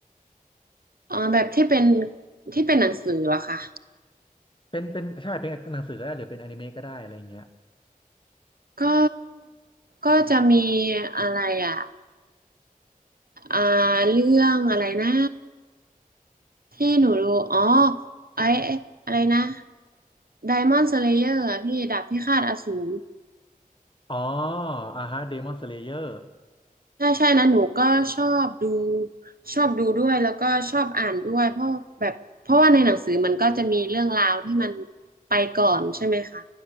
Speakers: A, on the right; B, on the left.
A: อ๋อแบบที่เป็นที่เป็นหนังสือเหรอคะ
B: เป็นเป็นใช่เป็นหนังสือก็ได้หรือเป็นแอนิเมะก็ได้อะไรอย่างเงี้ย
A: ก็ก็จะมีอะไรอ่ะอ่าเรื่องอะไรนะที่หนูดูอ๋อไอ้ไอ้อะไรนะไดมอน d ์สเลเยอร์พี่ดาบพิฆาตอสูร
B: อ๋ออ่าฮะเดมอนสเลเยอร์
A: ใช่ใช่นะหนูก็ชอบดูชอบดูด้วยแล้วก็ชอบอ่านด้วยเพราะแบบเพราะว่าในหนังสือมันก็จะมีเรื่องราวที่มันไปก่อนใช่ไหมคะ